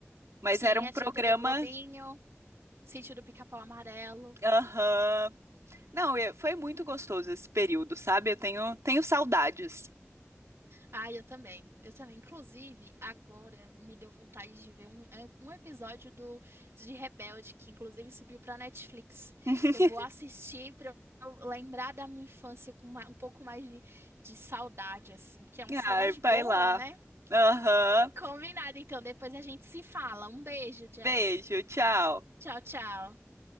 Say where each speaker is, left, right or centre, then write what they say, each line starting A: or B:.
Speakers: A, on the right; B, on the right.
A: mas
B: Tinha,
A: era um programa.
B: tinha TV Globinho, Sítio do Pica-Pau Amarelo.
A: Aham. Não, eu- foi muito gostoso esse período, sabe? Eu tenho tenho saudades.
B: Ah, eu também. Eu também. Inclusive, agora me deu vontade de ver um, é, um episódio do de Rebelde, que inclusive subiu pra Netflix.
A: <laughs>
B: Eu vou assistir pra eu lembrar da minha infância com uma- um pouco mais de, de saudade, assim, porque é uma saudade
A: Ai, vai
B: boa,
A: lá.
B: né?
A: Aham.
B: Combinado, então. Depois a gente se fala. Um beijo, Jess.
A: Beijo, tchau.
B: Tchau, tchau.